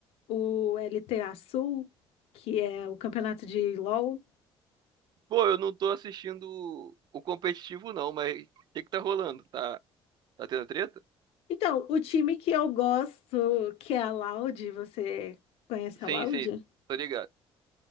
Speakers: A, on the left; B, on the right.
A: o LTA Sul, que é o campeonato de LoL.
B: Pô, eu não tô assistindo o competitivo não, mas o que que tá rolando? Tá, tá tendo treta?
A: Então, o time que eu gosto, que é a Loud, você conhece a
B: Sim,
A: Loud?
B: sim, tô ligado.